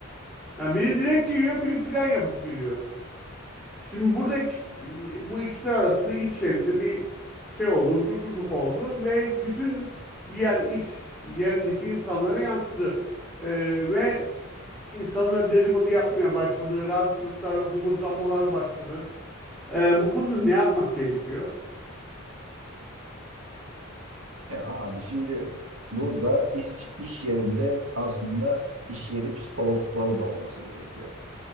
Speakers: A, in the centre; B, on the right.
A: Yani biri direkt giriyor, biri plan yapıp giriyor. Şimdi buradaki bu ikisi arasında iş yerinde bir şey oldu, huzursuzluk oldu ve bütün diğer iş yerindeki insanlara yansıdı. Ee, ve insanlar dedikodu yapmaya başladı, rahatsızlıklar, homurdanmalar başladı. Ee, bu konuda ne yapmak gerekiyor?
B: Ya abi şimdi burada iş, iş yerinde aslında iş yeri psikologları da olması gerekiyor.